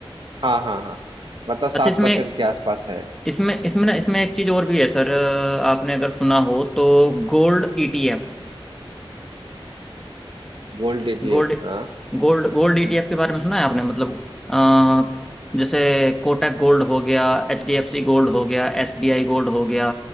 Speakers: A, on the right; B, in the centre.
A: हाँ हाँ हाँ मतलब सात
B: अच्छा इसमें
A: परसेंट के आसपास है
B: इसमें इसमें ना इसमें एक चीज और भी है सर अ, आपने अगर सुना हो तो gold ETF
A: गोल्ड ईटीएफ
B: गोल्ड
A: हाँ
B: Gold gold ETF के बारे में सुना है आपने मतलब आ, जैसे कोटक गोल्ड हो गया एचडीएफसी गोल्ड हो गया एसबीआई गोल्ड हो गया